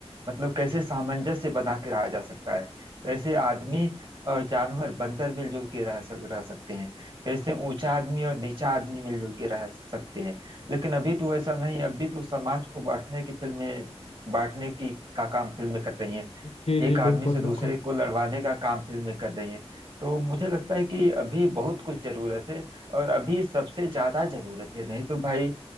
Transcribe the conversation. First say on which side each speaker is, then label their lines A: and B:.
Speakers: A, on the right; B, on the left.
A: मतलब कैसे सामंजस्य बना के रहा जा सकता है कैसे आदमी और जानवर बंदर मिलजुल के रह सक रह सकते हैं कैसे ऊंचा आदमी और नीचा आदमी मिलजुल के रह सकते हैं लेकिन अभी तो ऐसा नहीं है, अभी तो समाज को बांटने की फिल्में बांटने की का काम फिल्में कर रही हैं
B: जी
A: एक
B: जी
A: आदमी
B: बिल्कुल
A: से दूसरे
B: बिल्कुल
A: को लड़वाने का काम फिल्में कर रही हैं तो मुझे लगता है कि अभी बहुत कुछ जरूरत है और अभी सबसे ज्यादा जरूरत है नहीं तो भाई